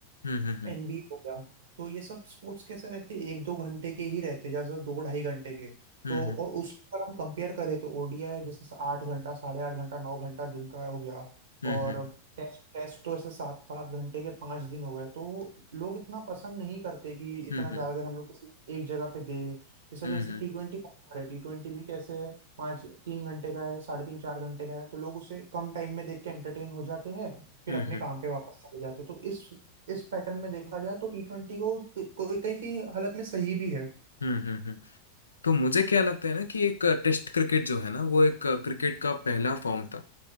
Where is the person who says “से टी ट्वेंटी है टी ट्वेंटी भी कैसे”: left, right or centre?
Right